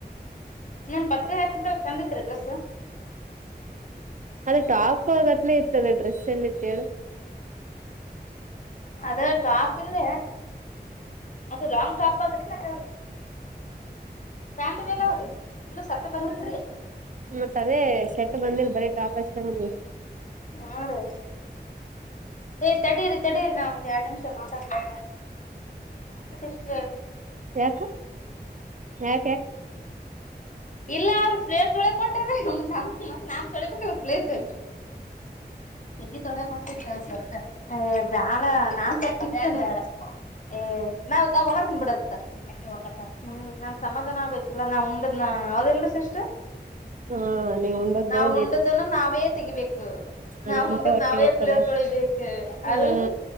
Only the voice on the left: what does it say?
ನಾನ್ ಭತ್ರಿ ಹಾಕಿಂದ ಚಂದತ್ರಿ ಡ್ರೆಸ್ಸ
ಅದೇ ಟಾಪ್ ಇಲ್ಲ ಮ ಲಾಂಗ್ ಟಾಪ್ ಅದ್ರಿ ಮತ್ತ ಬ್ಯಾತ್ಲ್ಅವ್ರಿುಲ ಸತ್ತ ಬಂದಲ್ರಿ
ಹಾ ರೀ ಏ ತಡೀರಿ ತಡೀರಿ ನಾ ಒಂದ್ ಎರಡ್ ನಿಮಿಷ ಮಾತಾಡ್ಕ ಸ
ಇಲ್ಲ ಅವ್ರರು ಪ್ಲೇಟ್ ತೊಳಕೊಟಾರ ನಮ ಮತ್ ನಾನ್ ತೊಳಬೇಕಲ್ ಪ್ಲೇಟ್ ಚಿ ತೊಳ ಕೊಟ್ಟಿ ಸ್ವಲ್ಪ ಏ ಬ್ಯಾಡ ನಾನ್ ತಟ್ಟಿತ್ತು ಬಡ ಏ ನಾವ್ ಹೊಗ್ ಬಿಡ ಹ್ಮ ನ ಸಮಾಧಾನ ಆಗಲ್ಲಾ ನಾ ಹಾ ಹೌದೆಲ್ರೀ ಸಿಸ್ಟರ್
ನಾವ್
ಉಂಡುದನ್ನು ನಾವೇ ತೆಗಿಬೇಕು
ನಾವ್ ಉಂಡದ್
ನಾವೇ ಪ್ಲೇರ್ ತೊಳಿಬೇಕು ಅದಲ್ರಿ